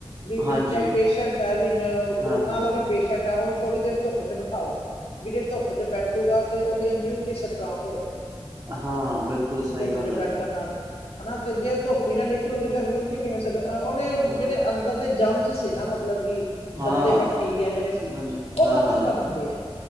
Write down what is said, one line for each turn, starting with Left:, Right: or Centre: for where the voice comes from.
Left: ਵੀ
Right: ਹਾਂਜੀ
Left: ਚਾਹੇ ਪੇਸ਼ੈਂਟ ਹੈ ਵੀ ਨ
Right: ਹਾਂ
Left: ਕਰੋਨਾ
Right: ਹਾਂ
Left: ਵਾਲਾ ਵੀ ਪੇਸ਼ੈਂਟ ਐ ਓਹਨੂੰ ਥੋੜੀ ਦੇਰ ਧੁਪ ਚ ਬਠਾਓ ਬੀ ਏ ਧੁੱਪ ਚ ਬੈਠ ਹੂਗਾ ਤੇ ਔਦੀ ਐਮਿਊਨਿਟੀ ਸਟਰੋਂਗ ਹੋਏਗੀ।
Right: ਹਾਂ, ਬਿਲਕੁਲ ਸਹੀ
Left: ਧੁੱਪ
Right: ਗੱਲ
Left: 'ਚ
Right: ਐ
Left: ਬੈਠਣ
Right: ਜੀ।
Left: ਨਾਲ ਹਨਾ ਤੇ ਜੇ ਧੁੱਪ ਨਾ ਨਿਕਲੂਗੀ ਤਾਂ ਇਮਿਊਨਿਟੀ ਕਿਵੇਂ ਉਹਨੇ
Right: ਹਾਂ
Left: ਜਿਹੜੇ ਅੰਦਰਲੇ ਜਾਮਸ ਸੀ ਨਾ ਮਤਲਬ
Right: ਹਾਂ
Left: ਗੰਦੇ ਬੈਕਟੀਰੀਆ ਜਿਹੜੇ ਸੀ
Right: ਗੰਦ
Left: ਉਹ
Right: ਹਾਂ
Left: ਖਤਮ
Right: ਹਾਂ
Left: ਕਰਨ ਹੁੰਦੇ ਹੈ